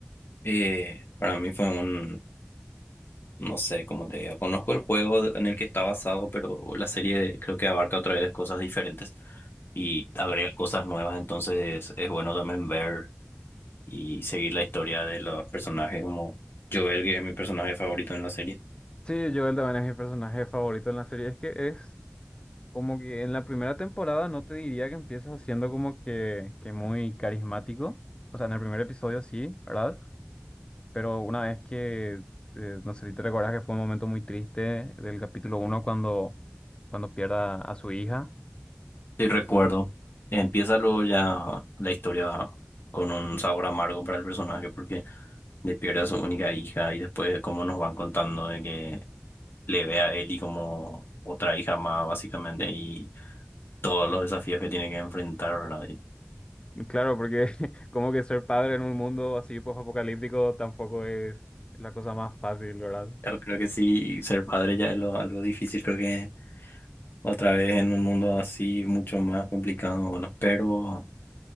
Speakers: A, on the left (about 60°); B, on the left (about 25°).
A: Eh, para mí fue un No sé cómo te diga. Conozco el juego de- en el que está basado, pero la serie creo que abarca otra vez cosas diferentes y agrega cosas nuevas. Entonces es bueno también ver y seguir la historia de los personajes como Joel, que es mi personaje favorito en la serie.
B: Sí, Joel también es mi personaje favorito en la serie. Es que es como que en la primera temporada no te diría que empiezas siendo como que, que muy carismático. O sea, en el primer episodio sí, ¿verdad? Pero una vez que, eh, no sé si te recuerdas que fue un momento muy triste del capítulo uno cuando, cuando pierda a su hija.
A: Sí, recuerdo. Empieza luego ya la historia con un sabor amargo para el personaje porque le pierde a su única hija y después cómo nos van contando de que le ve a Ellie como otra hija más, básicamente, y todos los desafíos que tiene que enfrentar, ¿verdad? Y
B: Claro, porque <laughs> como que ser padre en un mundo así post-apocalíptico tampoco es la cosa más fácil, ¿verdad?
A: Yo creo que sí, ser padre ya es lo, algo difícil, creo que otra vez en un mundo así mucho más complicado, bueno, pero